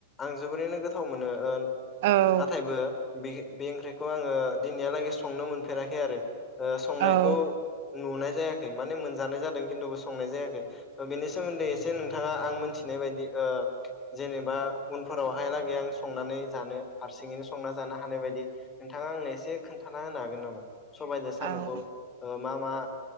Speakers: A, on the left; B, on the right.
A: आं जोबोरैनो गोथाव मोनो
B: औ
A: नाथायबो बे बे ओंख्रिखौ आङो दिनैहालागै संनो मोनफेराखै आरो ओ संनायखौ
B: औ
A: नुनाय जायाखै माने मोनजानाय जादों खिन्थुबो संनाय जायाखै बेनि सोमोन्दै एसे नोंथाङा आं मोनथिनाय बायदि जेनेबा उनफोरावहायलागै आं संनानै जानो हारसिं हारसिङैनो संना जानो हानाय बायदि नोंथाङा आंनो एसे खोन्थाना होनो हागोन नामा? सबायजों साम'खौ
B: औ
A: मा मा